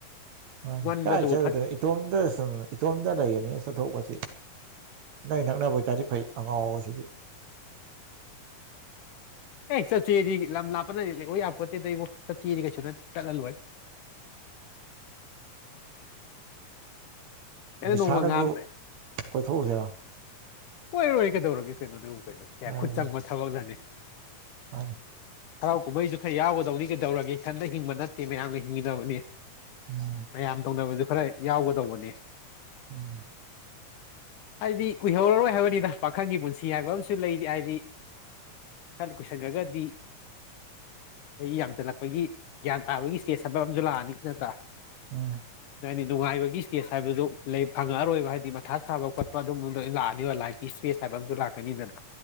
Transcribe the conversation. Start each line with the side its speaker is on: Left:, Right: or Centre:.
Right: ꯃꯥꯟꯅꯦ
Left: ꯉꯟꯕꯗꯕꯨ
Right: ꯀꯥꯏ ꯆꯠꯂꯨꯗꯣ
Left: ꯐꯠ
Right: ꯏꯇꯣꯝꯗ ꯁꯨ ꯏꯇꯣꯝꯇ ꯂꯩꯒꯅꯤ ꯆꯠꯊꯣꯛꯄꯁꯤ ꯅꯪ ꯅꯛ ꯅꯅꯕ ꯑꯣꯏꯇꯥꯔꯗꯤ ꯐꯩ ꯑꯉꯥꯎꯕꯁꯤꯗꯤ
Left: <inaudible> ꯆ ꯆꯦꯗꯤ ꯂꯝ ꯂꯥꯞꯄꯅ ꯂꯩ ꯑꯣ ꯌꯥꯝꯄꯣꯠꯇꯦꯗꯕ ꯆ ꯆꯠꯀꯦꯗꯤ ꯀꯩꯁꯨ ꯅꯠꯇ ꯆꯠꯂꯂꯣꯏꯔꯦ <inaudible>
Right: ꯕꯤꯁꯥꯅ
Left: ꯅꯣꯡꯃ ꯉꯥꯝ
Right: ꯍꯣꯏꯕꯨ ꯀꯣꯏꯊꯣꯛꯎꯁꯤꯔ
Left: ꯀꯣꯏ ꯂꯣꯏꯔꯦ ꯀꯩꯗꯧꯔꯒꯦ ꯀꯩꯅꯣꯅꯦꯕꯨ ꯀꯩꯅꯣꯅꯦ ꯀꯌꯥ
Right: ꯍꯥꯏꯔꯗꯤ
Left: ꯈꯨꯠ ꯆꯪꯕ ꯊꯕꯛꯂꯅꯦ
Right: ꯃꯥꯅꯤ
Left: ꯍꯔꯥꯎ ꯀꯨꯝꯍꯩꯁꯨ ꯈꯔ ꯌꯥꯎꯒꯗꯧꯅꯤ ꯀꯩꯗꯧꯔꯒꯦ ꯈꯟꯇ ꯍꯤꯡꯕ ꯅꯠꯇꯦ ꯃꯌꯥꯝꯒ ꯍꯤꯡꯃꯤꯟꯅꯕꯅꯤ
Right: ꯎꯝ
Left: ꯃꯌꯥꯝ ꯇꯧꯅꯕꯁꯨ ꯈꯔ ꯌꯥꯎꯒꯗꯧꯕꯅꯤ
Right: ꯎꯝ
Left: ꯍꯥꯏꯗꯤ ꯀꯨꯏꯍꯧꯔꯔꯣꯏ ꯍꯥꯏꯕꯅꯤꯗ ꯄꯥꯈꯪꯒꯤ ꯄꯨꯟꯁꯤ ꯍꯥꯏꯕ ꯑꯃꯁꯨ ꯂꯩꯔꯤ ꯍꯥꯏꯗꯤ ꯆꯜ ꯀꯨꯏꯁꯤꯟꯒꯗꯤ ꯆꯥꯍꯤ ꯌꯥꯝꯁꯤꯜꯂꯛꯄꯒꯤ ꯒ꯭ꯌꯥꯟ ꯇꯥꯕꯒꯤ ꯏꯁꯇꯦꯖ ꯊꯕꯛ ꯑꯃꯁꯨ ꯂꯥꯛꯑꯅꯤ ꯅꯠꯇ꯭ꯔꯥ
Right: ꯎꯝ
Left: ꯍꯥꯏꯗꯤ ꯅꯨꯡꯉꯥꯏꯕꯒꯤ ꯏꯁꯀꯦꯁ ꯍꯥꯏꯕꯗꯨ ꯂꯩ ꯐꯪꯉꯛꯑꯔꯣꯏꯕ ꯍꯥꯏꯗꯤ ꯃꯊꯥ ꯁꯥꯕ ꯈꯣꯠꯄ ꯑꯗꯨꯝꯕꯕꯗ ꯂꯥꯛ ꯑꯅꯤ ꯂꯥꯏꯞ ꯏꯁꯄꯦꯁ ꯍꯥꯏꯕ ꯑꯇ ꯂꯥꯛꯀꯅꯤꯗꯅ